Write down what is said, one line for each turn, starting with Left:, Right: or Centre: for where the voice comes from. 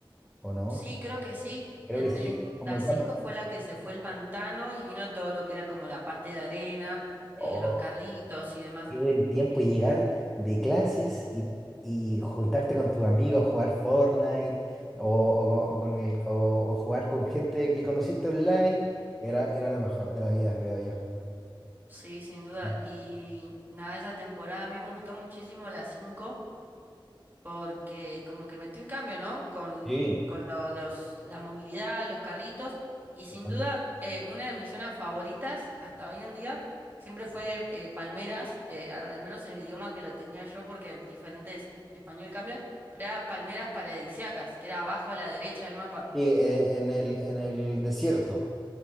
Centre: ¿O no?
Right: Sí, creo que sí.
Centre: Creo
Right: En,
Centre: que sí,
Right: en
Centre: como
Right: la
Centre: el
Right: 5
Centre: campo.
Right: fue la que se fue el pantano y vino todo lo que era como la parte de arena,
Centre: Oh,
Right: eh, los carritos y demás.
Centre: qué buen tiempo
Right: Que,
Centre: llegar de clases y, y juntarte con tus amigos a jugar Fortnite o, o- o con el- o- o jugar con gente que conociste online. Era, era lo mejor de la vida, creo yo.
Right: sí, sin duda.
Centre: Sí,
Right: Y nada, esa temporada a mí me gustó muchísimo la cinco porque como que metió un cambio, ¿no? Con,
Centre: Sí,
Right: con lo- los, la movilidad, los carritos, y sin
Centre: totalmente.
Right: duda eh, una de mis zonas favoritas hasta hoy en día siempre fue eh, Palmeras, eh, a- al menos en el idioma que lo tenía yo, porque en diferentes español cambia, pero era Palmeras Paradisíacas, que era abajo a la derecha del mapa.
Centre: Sí, eh, en el, en el desierto.